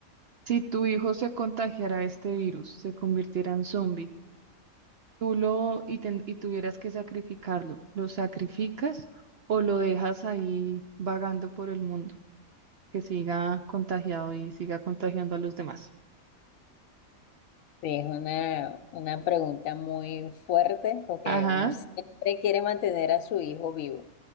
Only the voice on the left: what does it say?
Sí, es una, una pregunta muy fuerte porque
uno siempre quiere mantener a su hijo vivo.